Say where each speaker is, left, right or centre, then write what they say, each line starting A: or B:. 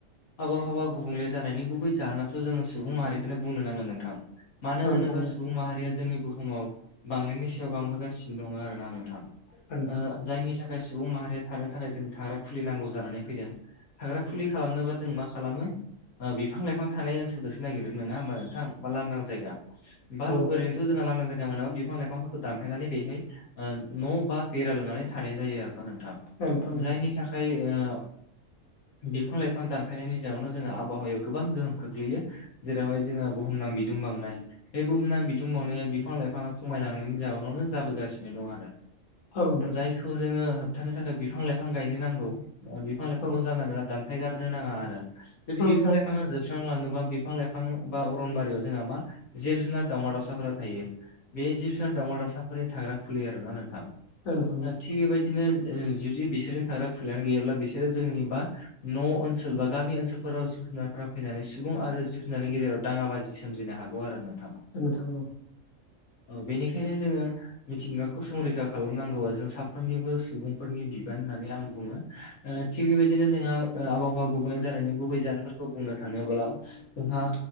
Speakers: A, on the left; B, on the left.
A: आबहावा गुबुंले जानायनि गुबै जाहोनाथ' जोंङो सुबुं माहारिखौनो बुंनो नांगोन नोंथां मानो
B: औ
A: होनोबा
B: नोंथां औ।
A: सुबुं माहारिया जोंनि बुहुमाव बांनायनि सायाव बांबोगासिनो दंङो आरोना नोंथां
B: नोंथां
A: ओ जायनि थाखाय सुबुं माहारिया थानो थाखाय जों थाग्रा खुलि नांगौ जानानै फैदों थाग्रा खुलि खालामनोबा जों मा खालामो बिफां लाइफां थानाय ओनसोलखौसो नागिरो नंङा होनबा नोंथां बा लांदां जायगा बा
B: औ
A: ओरैनो आरो जोंहा लानदां जाया मोना बिफां लाइफांफोरखौ दानफायनानै बेहाय न' बा बेरा लुनानै थानाय जायो आरोना नोंथां
B: औ नोंथां औ
A: जायनि थाखाय ओ बिफां लाइफां दानफायनायनि जाउनाव जोङो आबहावायाव गोबां गोहोम खोख्लैयो जेरावहाय जोंहा बुहुमनां बिदुं बांनाय बे बुहुमनां बिदुं बांनाया बिफां लाइफांङा खमायलांनायनि जाउनावनो जाबोगासिनो दं आरो
B: औ नोंथां
A: जायखौ जोंङो होबथानो थाखाय बिफां लाइफां गायनो नांगौ बिफां लाइफांखौ
B: औ
A: जानला मोनला दानफायगारनो नांङा आरो जुदि
B: औ नोंथां औ
A: बिफां
B: नोंथां
A: लाइफांङा जोबस्रां जोबस्रांलांङोबा बिफां लाइफां बा अरनबारियाव जोंहा मा जिब जुनार दावमा दावसाफोरा थायो बे जिब जुनार दावमा दावसाफोरनि थाग्रा खुलि आरोना नोंथां
B: <unintelligible>
A: थिग बेबायदिनो जुदि बिसोरजों थाग्रा खुलिायानो गैयाब्ला बिसोरो जोंनि बा न' ओनसोल बा गामि ओनसोलफोराव जिब जुनारफोरा फैनानै सुबुं आरो जिब जुनारनि गेजेराव दांङा बाजि सोमजिनो हागौ नंगौ आरो नोंथां
B: औ नोंथां औ
A: औ बेनिखायनो जोंङो मिथिंगाखौ संरैखा खालाम नांगौआ जों साफ्रोमनिबो सुबुंफोरनि बिबान होननानै आं बुंङो ओ थिग बेबायदिनो जोंहा ओ आबाहावा गुबुंले जानायनि गुबै जाहोनफोरखौ बुंनो थांङोब्ला जोंहा